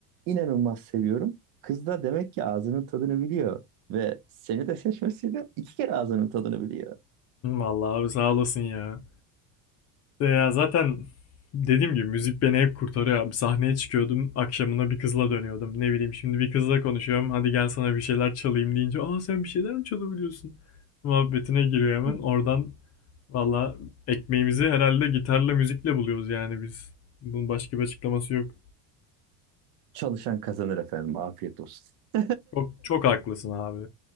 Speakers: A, on the right; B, on the left.
A: inanılmaz seviyorum. Kız da demek ki ağzının tadını biliyor. Ve seni de seçmesiyle iki kere ağzının tadını biliyor.
B: Vallahi abi sağ olasın ya. De ya zaten dediğim gibi müzik beni hep kurtarıyor abi. Sahneye çıkıyordum, akşamına bir kızla dönüyordum. Ne bileyim şimdi bir kızla konuşuyorum. Hadi gel sana bir şeyler çalayım deyince, "Aa sen bir şeyler mi çalabiliyorsun?" muhabbetine giriyor hemen.
A: Hı.
B: Oradan valla ekmeğimizi herhalde gitarla müzikle buluyoruz yani biz. Bunun başka bir açıklaması yok.
A: Çalışan kazanır efendim. Afiyet olsun. <laughs>
B: Çok, çok haklısın abi.